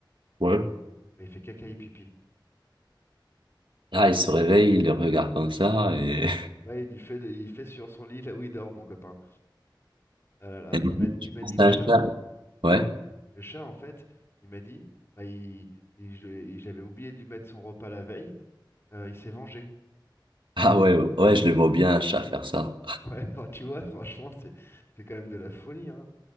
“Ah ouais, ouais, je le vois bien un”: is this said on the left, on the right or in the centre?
Right